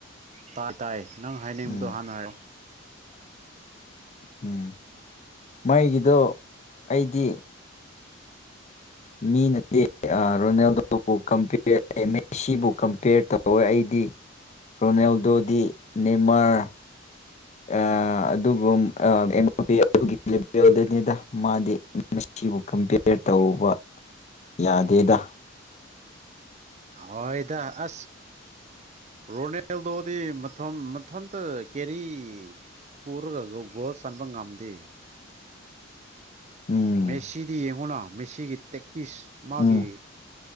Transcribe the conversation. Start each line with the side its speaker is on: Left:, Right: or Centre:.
Right: ꯇꯥ ꯇꯥꯏꯌꯦ ꯅꯪ ꯍꯥꯏꯅꯤꯡꯕꯗꯣ
Left: ꯎꯝ
Right: ꯍꯥꯟꯅ ꯍꯥꯏꯔꯣ
Left: ꯎꯝ ꯃꯩꯒꯤꯗꯣ ꯑꯩꯗꯤ ꯃꯤ ꯅꯠꯇꯦ ꯑꯥ ꯔꯣꯅꯦꯜꯗꯣꯕꯨ ꯀꯝꯄ꯭ꯌꯦꯔ <unintelligible> ꯃꯦꯁꯤꯕꯨ ꯀꯝꯄ꯭ꯌꯦꯔ ꯇꯧꯋꯦ ꯑꯩꯗꯤ ꯔꯣꯅꯦꯜꯗꯣ ꯗꯤ ꯅꯦꯃꯥꯔ ꯑꯥ ꯑꯗꯨꯕꯨꯔꯣ ꯑꯥ <unintelligible> ꯑꯗꯨꯒꯤ ꯕꯦꯜꯗꯅꯤꯗꯥ ꯃꯥꯗꯤ ꯃꯦꯁꯤꯕꯨ ꯀꯝꯄꯤꯌꯔ ꯇꯧꯕ ꯌꯥꯗꯦꯗꯥ
Right: ꯍꯣꯏꯗ ꯑꯁ ꯔꯣꯅꯦꯜꯗꯣꯗꯤ ꯃꯊꯝ ꯃꯊꯟꯇ ꯀꯦꯔꯤ ꯄꯨꯔꯒ ꯒꯣ ꯒꯣꯜ ꯆꯟꯕ ꯉꯝꯗꯦ
Left: ꯎꯝ
Right: ꯃꯦꯁꯤꯗꯤ ꯌꯦꯡꯉꯣꯅ ꯃꯦꯁꯤꯒꯤ ꯇꯦꯛ ꯏꯁ ꯃꯥꯒꯤ
Left: ꯎꯝ